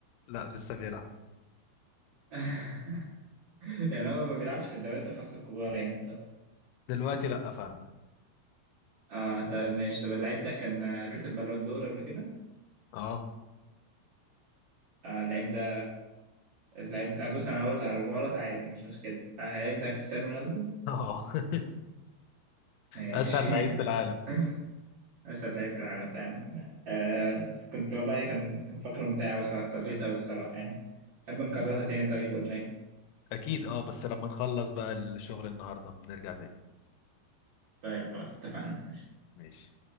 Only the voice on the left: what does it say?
لا لسه بيلعب
دلوقتي لا فعلا
اه
اه <laughs>
اسهل لعيب في العالم
اكيد اه بس لما نخلص بقى الشغل النهارده نرجع تاني
ماشي